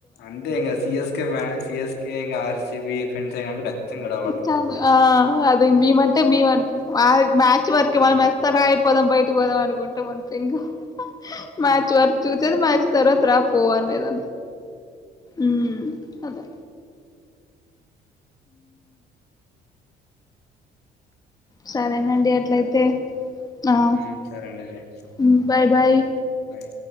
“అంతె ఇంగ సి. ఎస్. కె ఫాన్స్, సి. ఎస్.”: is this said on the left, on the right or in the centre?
Left